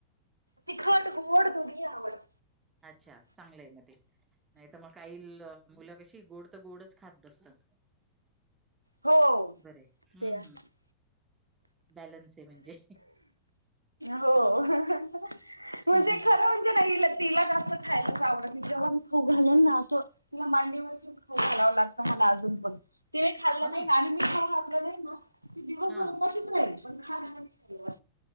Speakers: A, on the right (about 80°); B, on the right (about 20°).
A: तिखांड गोड दुनयावरड
B: अच्छा चांगलं आहे मग ते नाही तर मग काईल मुलं कशी गोड तर गोडच खात बसतात
A: हो
B: बर हम्म
A: ते आहे
B: हम् बॅलन्स आहे म्हणजे
A: हो म्हणजे
B: हं, हं.
A: खरं म्हणजे नाही तिला का खायलाच आवडत जेव्हा मी खऊ घालन ना असंि मांडीवरती खालाव लागत मला अजून पण त खाल्लं
B: हं,
A: नाही ना आणि मी खाऊ घातलं नाही ना
B: हां.
A: कच नाही प